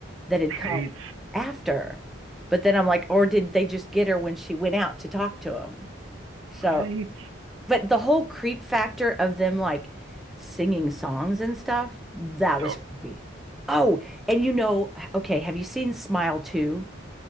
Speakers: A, in the centre; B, on the right (about 80°).
A: that had come
B: right?
A: after. But then I'm like, or did they just get her when she went out to talk to him? So,
B: Right?
A: but the whole creep factor of them like singing songs and stuff, that was
B: Oh,
A: creepy. Oh, and you know, okay, have you seen Smile 2?